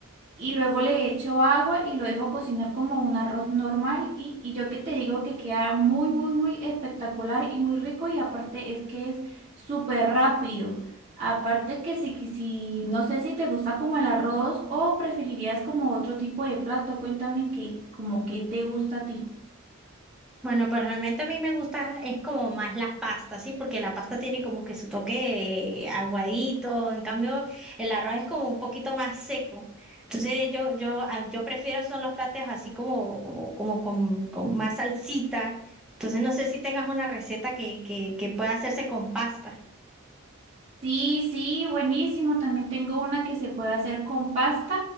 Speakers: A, on the right (about 30°); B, in the centre.
A: y luego le echo agua y lo dejo cocinar como un arroz normal y, y yo que te digo que queda muy, muy, muy espectacular y muy rico y aparte es que es súper rápido. Aparte que si, si no sé si te gusta como el arroz o preferirías como otro tipo de plato, cuéntame que como qué te gusta a ti.
B: Bueno, pues realmente a mí me gusta, es como más las pastas, ¿sí? Porque la pasta tiene como que su toque eh, aguadito, en cambio el arroz es como un poquito más seco. Entonces yo, yo, a- yo prefiero son los platos así como, como, como con, con más salsita. Entonces no sé si tengas una receta que, que, que pueda hacerse con pasta.
A: Sí, sí, buenísimo. También tengo una que se puede hacer con pasta,